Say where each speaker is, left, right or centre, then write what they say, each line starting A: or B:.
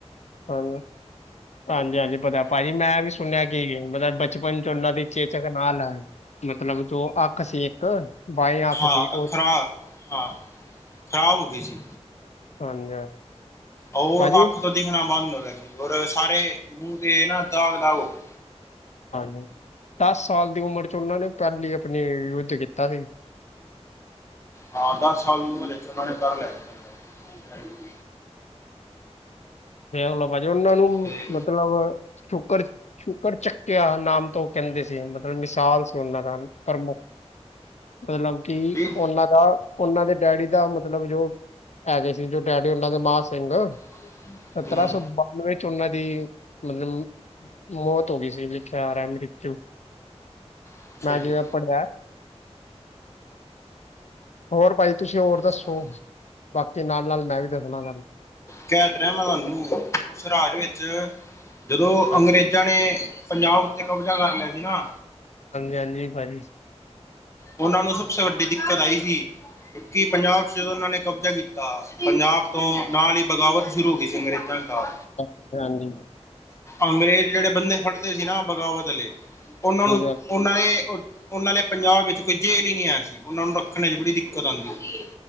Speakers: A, on the left; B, on the left.
A: ਹਾਂ, ਹਾਂਜੀ-ਹਾਂਜੀ ਪਤਾ
B: ਸੀ
A: ਭਾਜੀ, ਮੈਂ ਵੀ ਸੁਣਿਆ ਕੀ ਮਤਲਬ ਬ ਬਚਪਨ 'ਚ ਉਹਨਾਂ ਦੀ ਚੇਚਕ ਨਾਲ ਐ ਮਤਲਬ, ਜੋ ਅੱਖ ਸੀ ਇੱਕ ਬਾਈ ਅੱਖ
B: ਹਾਂ,
A: ਸੀ ਉਹ
B: ਖਰਾ ਹਾਂ ਖ਼ਰਾਬ ਹੋ ਗਈ ਸੀ,
A: ਹਾਂਜੀ ਹਾਂਜੀ।
B: ਔਰ
A: ਭਾਜੀ ਉਹ
B: ਅੱਖ ਤੋਂ ਦਿਖਣਾ ਬੰਦ ਹੋ ਗਿਆ ਸੀ, ਔਰ ਸਾਰੇ ਮੂੰਹ ਤੇ ਨਾ ਦਾਗ-ਦਾਗ, ਹੋ ਗਏ।
A: ਹਾਂਜੀ, ਦਸ ਸਾਲ ਦੀ ਉਮਰ 'ਚ ਉਹਨਾਂ ਨੇ, ਪਹਿਲੀ ਆਪਣੀ ਯੁੱਧ ਕੀਤਾ ਸੀ।
B: ਹਾਂ, ਦਸ ਸਾਲ ਦੀ ਉਮਰ ਵਿੱਚ ਉਹਨਾਂ ਨੇ ਕਰ ਲਿਆ ਸੀ।
A: ਫੇਰ ਉਹਨਾ ਭਾਜੀ ਉਹਨਾਂ ਨੂੰ
B: ਤੇ
A: ਮਤਲਬ ਸ਼ੁਕਰ, ਸ਼ੁਕਰਚੱ ਕੀਆ ਨਾਮ ਤੋਂ ਕਹਿੰਦੇ ਸੀ, ਮਤਲਬ ਮਿਸਾਲ ਉਹਨਾਂ ਦਾ ਪ੍ਰਮੁੱਖ, ਮਤਲਬ ਕਿ
B: ਜੀ
A: ਉਹਨਾਂ ਦਾ ਉਹਨਾਂ ਦੇ ਡੈਡੀ ਦਾ ਮਤਲਬ, ਜੋ ਹੈਗੇ ਸੀ ਜੋ ਡੈਡੀ ਉਹਨਾਂ ਦੇ ਮਹਾਂ ਸਿੰਘ
B: <inaudible>
A: ਸਤਰਾਂ
B: ਹੂੰ
A: ਸੌ ਬਾਨਵੇਂ ਚ, ਉਹਨਾਂ ਦੀ ਮਤਲਬ ਮੌਤ ਹੋ ਗਈ ਸੀ, ਲਿਖਿਆ ਆ ਰਿਹਾ ਮ੍ਰਿਤੂ,
B: ਅੱਛਾ
A: ਮੈਂ
B: ਜੀ
A: ਜਿਵੇਂ ਪੜਿਆ। ਹੋਰ ਭਾਜੀ, ਤੁਸੀਂ ਹੋਰ
B: ਅੱਛਾ
A: ਦੱਸੋ, ਬਾਕੀ ਨਾਲ -ਨਾਲ, ਮੈਂ ਵੀ ਦੱਸਨਾ ਤੁਹਾਨੂੰ।
B: ਕਹਿ ਤਾਂ ਰਿਹਾ ਮੈਂ ਤੁਹਾਨੂੰ, ਉਸ ਰਾਜ ਵਿੱਚ ਜਦੋਂ
A: ਹਾਂਜੀ
B: ਅੰਗਰੇਜ਼ਾਂ ਨੇ ਪੰਜਾਬ ਉੱਤੇ ਕਬਜ਼ਾ ਕਰ ਲਿਆ ਸੀ ਨਾ
A: ਹਾਂਜੀ- ਹਾਂਜੀ, ਭਾਜੀ
B: ਉਹਨਾਂ ਨੂੰ, ਸਭਸੇ ਵੱਡੀ ਦਿੱਕਤ ਆਈ ਸੀ ਕਿ ਪੰਜਾਬ ਚ ਜਦੋਂ ਉਹਨਾਂ ਨੇ ਕਬਜ਼ਾ ਕੀਤਾ, ਪੰਜਾਬ ਤੋਂ ਨਾਲ ਹੀ ਬਗਾਵਤ ਸ਼ੁਰੂ ਹੋ ਗਈ ਸੀ, ਅੰਗਰੇ ਜਾਂ ਨਾਲ
A: ਅੱਛਾ, ਹਾਂਜੀ।
B: ਅੰਗਰੇਜ਼ ਜਿਹੜੇ ਬੰਦੇ ਫੜਦੇ ਸੀ ਨਾ, ਬਗਾਵਤ ਆਲੇ ਉਹਨਾਂ ਨੂੰ,
A: ਹਾਂਜੀ
B: ਉਹਨਾਂ ਨੇ ਉ ਉਹਨਾਂ ਨੇ ਪੰਜਾਬ ਵਿੱਚ ਕੋਈ ਜੇਲ੍ਹ ਹੀ ਨਹੀਂ ਹੈ ਸੀ, ਉਹਨਾਂ ਨੂੰ ਰੱਖਣੇ ਚ ਬੜੀ ਦਿੱਕਤ ਆਂਦੀ ਸੀ।